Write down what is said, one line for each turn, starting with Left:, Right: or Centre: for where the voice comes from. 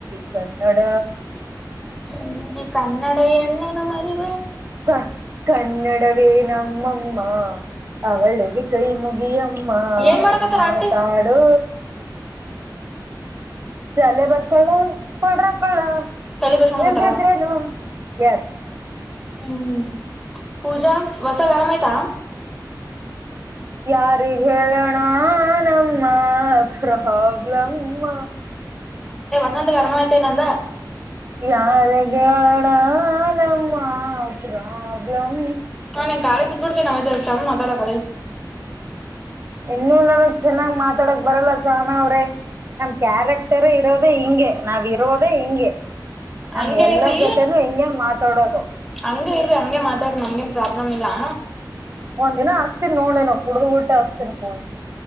Right: ಕನ್ನಡ
Centre: ಹ್ಮ್ ಕನ್ನಡ ಹೆಣ್ಣನ್ನು ಮರೀಬೇಡಿ
Right: ಹ ಕನ್ನಡವೇ ನಮ್ಮಮ್ಮ ಅವಳಿಗೆ ಕೈ ಮುಗಿಯಮ್ಮ
Centre: ಏನ್ ಮಾಡಕತ್ತಾರ
Right: ಮಾತಾಡು
Centre: ಆಂಟಿ
Right: ತಲೆ ಬಚಕೊಳ್ಳೋ ಪೌಡರ್ ಹಾಕೊಳ್ಳೋ
Centre: ತಲಿ ಬಸ್ಕೊಣಕತ್ತಾರ
Right: ಇಲ್ಲದಿ ದದ್ರೇನು ಎಸ್
Centre: ಹ್ಮ್ ಪೂಜಾ ಹೊಸ ಗರಾಮಯತ
Right: ಯಾರಿಗ್ ಹೇಳೋಣ ನಮ್ಮ ಪ್ರಾಬ್ಲಮ್ಮ
Centre: ನನ್ನಂದ ಗರ್ಮ ಆಐತೆ ನಂದ
Right: ಯಾರಗಿ ಹೇಳನ ನಮ್ಮಮ್ಮ ಪ್ರಾಬ್ಲಂ
Centre: ಹಾ ನಿನ್ ಕಾಲಿ ಗಿ ಬಿಟ್ಬಿಡ್ತೀನ ನಮ್ಮಜಾ ಇತಾಮ ಮಾತಾಡೋ ಕಳ
Right: ಇನ್ನುೂ ನಾನು ಚೆನ್ನಾಗ್ ಮಾತಾಡಕ್ ಬರಲ್ಲ ಸಾಹಾನಅವ್ರೆ ನಮ ಕ್ಯಾರೆಕ್ಟರ್ ಇರೋದು ಹಿಂಗೆ ನಾವ್ ಇರೋದೇ ಹಿಂಗೆ ನಾನ್
Centre: ಹಂಗಗೆ
Right: ಎಲ್ಲರ
Centre: ಇರ್ರಿ
Right: ಜೊತೆನೂ ಹಿಂಗೆ ಮಾತಾಡೋದು
Centre: ಹಂಗ ಇರ್ರಿ ಹಂಗೆ ಮಾತಾಡ ನಂಂಗಗೆ ಪ್ರಾಬ್ಲಮ್ ಇಲ್ಲಾ
Right: ಒಂದ್ ದಿನ ಹಸ್ತಿನನ್ ನೋಡೇನ ಕುಡ್ದ್ ಊಟ್ಟೆ ಹಸ್ತಿನ ಕ